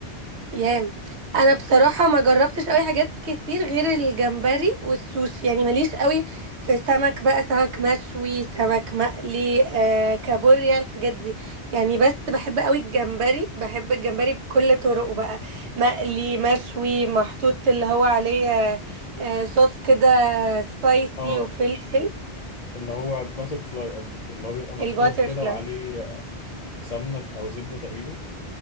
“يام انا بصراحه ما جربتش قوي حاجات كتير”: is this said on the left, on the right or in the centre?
Right